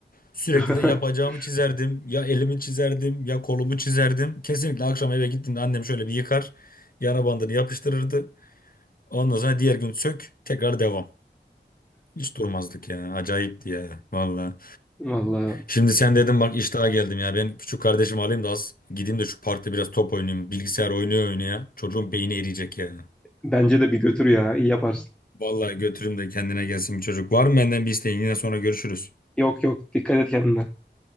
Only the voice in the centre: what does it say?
<laughs>
Vallahi
bence de bir götür ya. İyi yaparsın.
Yok yok dikkat et kendine.